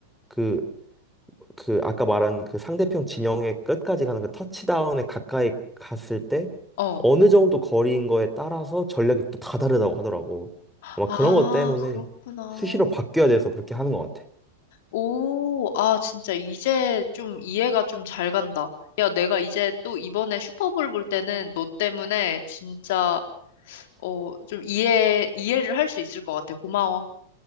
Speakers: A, in the centre; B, on the left.
A: 그 그 아까 말한 그 상대편 진영의 끝까지 가는 그 터치다운에 가까이 갔을 때
B: 어.
A: 어느 정도 거리인 거에 따라서 전략이 또 다 다르다고 하더라고.
B: 아,
A: 아마 그런 것 때문에
B: 그렇구나.
A: 수시로 바뀌어야 돼서 그렇게 하는 것 같아.
B: 오, 아, 진짜 이제 좀 이해가 좀 잘 간다. 야, 내가 이제 또 이번에 슈퍼볼 볼 때는 너 때문에 진짜, 어, 좀 이해, 이해를 할 수 있을 것 같아. 고마워.